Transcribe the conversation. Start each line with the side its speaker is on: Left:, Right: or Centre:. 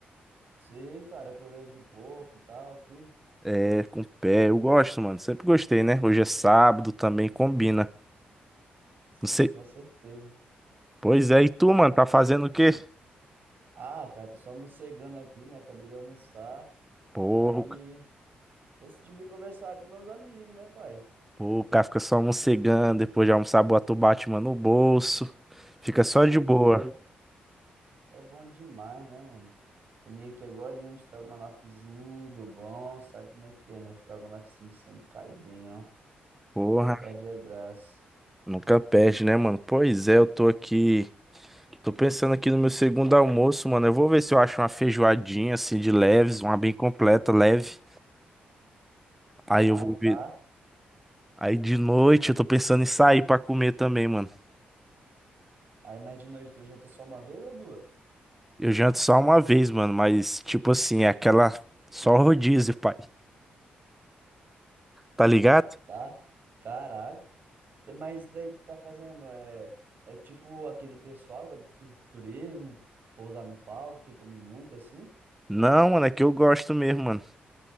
Right: Sei, cara, orelha de porco e tal, tudo.
Centre: É, com pé, eu gosto, mano. Sempre gostei, né? Hoje é sábado, também combina.
Right: Sim,
Centre: Não sei.
Right: com certeza.
Centre: Pois é, e tu, mano, tá fazendo o quê?
Right: Ah, cara, tô só morcegando aqui, né? Acabei de almoçar.
Centre: Porra,
Right: Aí decidi vir conversar com meus amigos, né, pai?
Centre: Pô, o cara fica só mocegando, depois de almoçar, bota o Batman no bolso. Fica só
Right: Pois
Centre: de boa.
Right: é. É bom demais, né, mano? Comi aqui agora um estrogonofezinho do bom, sabe como é que é, né? Estrogonofe sempre, sempre cai bem, ó.
Centre: Porra,
Right: Nunca perde a graça.
Centre: nunca perde, né, mano? Pois é, eu tô aqui. Tô pensando aqui no meu segundo almoço, mano. Eu vou ver se eu acho uma feijoadinha, assim, de leves, uma bem completa, leve. Aí
Right: Ah,
Centre: eu vou
Right: tá.
Centre: ver. Aí de noite eu tô pensando em sair pra comer também, mano.
Right: Aí, mas de noite tu janta só uma vez ou duas?
Centre: Eu janto só uma vez, mano, mas tipo assim, é aquela. Só rodízio, pai. Tá ligado?
Right: Ah, tá. Caraca. Tá, Mas isso daí tu tá fazendo é, é tipo aquele pessoal que vai pro fisiculturismo, pousar no palco, que come muito assim?
Centre: Não, mano, é que eu gosto mesmo, mano.